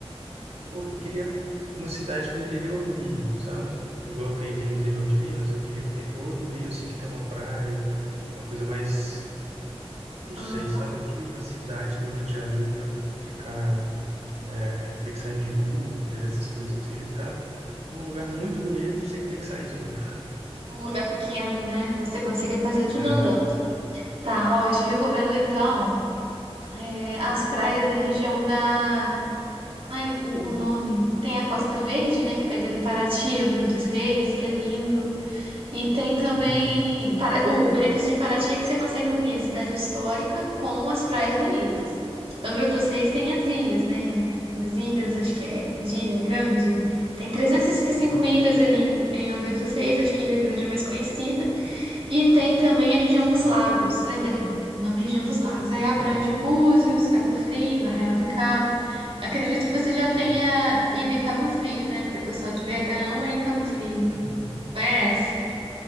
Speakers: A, on the right (about 80°); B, on the right (about 60°).
A: Pô, Eu queria uma cidade do interior do Rio, sabe? Igual tem aqui no interior de Minas, eu queria o interior do Rio, assim, que tem uma praia, uma coisa mais Não sei,
B: Aham.
A: sabe? Eu não queria ir para cidade do Rio de Janeiro para ficar, é, ter que sair de Uber, essas coisas. Eu queria ficar num lugar muito bonito sem ter que sair de lá.
B: Um lugar pequeno, né? Que você consiga fazer tudo
A: É,
B: andando. Tá, ó, eu te recomendo então é, as praias da região da. Ai, o, o nome. Tem a Costa Verde, né? Que pega ali Paraty, Angra dos Reis, que é lindo. E tem também.
A: uhum,
B: Para... O benefício de Paraty é que você consegue unir a cidade histórica com as praias bonitas. Angra dos Reis tem as ilhas, né? As ilhas, acho que é de Ilha Grande. Tem e e sessenta e cinco
A: uhum,
B: ilhas ali em em Angra dos Reis, acho que Ilha Grande é mais conhecida. E tem também a região
A: nossa,
B: dos lagos, lembrei. O nome é região dos lagos. Aí abrange
A: uhum,
B: Búzios, Cabo Frio, Arraial do Cabo. Acredito que você já
A: uhum.
B: tenha ido em Cabo Frio, né? Porque o pessoal de BH ama ir em Cabo Frio.
A: <laughs>
B: Conhece?